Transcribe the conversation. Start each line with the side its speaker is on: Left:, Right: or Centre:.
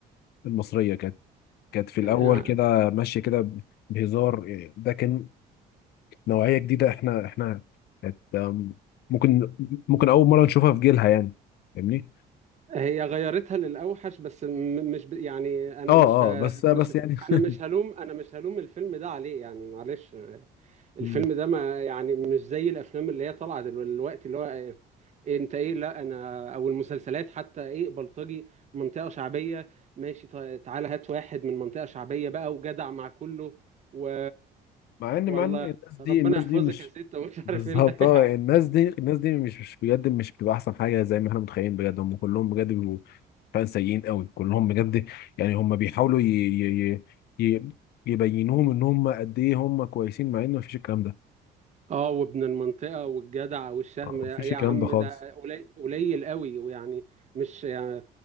Left: المصرية كانت كانت في الأول
Right: آه
Left: كده ماشية كده بهزار يعني ده كان نوعية جديدة احنا احنا ات- أم، ممكن ممكن أول مرة نشوفها في جيلها يعني فاهمني؟
Right: هي غيرتها للاوحش بس م... مش ب... يعني انا
Left: اه
Right: مش ه...
Left: اه بس بس
Right: مش
Left: يعني <laughs>
Right: انا مش هلوم انا مش هلوم الفيلم ده عليه يعني معلش الفيلم
Left: مم.
Right: ده ما يعني مش زي الافلام اللي هي طالعه دلوقتي اللي هو إيه انت ايه لا انا او المسلسلات حتى ايه بلطجي منطقه شعبيه ماشي طيب تعالى هات واحد من منطقه شعبيه بقى وجدع مع كله و
Left: مع ان
Right: والله
Left: مع ان الناس دي
Right: ربنا
Left: الناس
Right: يحفظك
Left: دي مش
Right: يا ست ومش عارف
Left: بالظبط
Right: ايه <laughs> لا،
Left: اه
Right: يعني
Left: الناس دي الناس دي مش مش بجد مش بتبقى احسن حاجه زي ما احنا متخيلين بجد هم كلهم بجد بيبقوا فعلا سيئين قوي كلهم بجد يعني هم بيحاولوا ي... ي... ي... ي- يبينوهم ان هم قد ايه هم كويسين مع ان مفيش الكلام ده
Right: اه وابن المنطقة والجدع والشهم
Left: آه،
Right: يا
Left: مفيش
Right: يا
Left: الكلام
Right: عم
Left: ده خالص
Right: ده قليل قليل قوي ويعني مش يعني